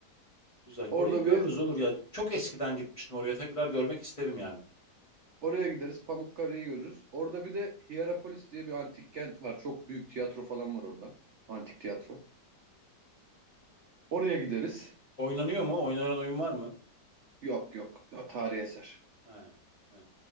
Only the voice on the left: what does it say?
Güzel.
Orayı görürüz
olur ya. Çok eskiden gitmiştim oraya. Tekrar görmek isterim yani.
Oynanıyor mu? Oynanan oyun var mı?
He, he.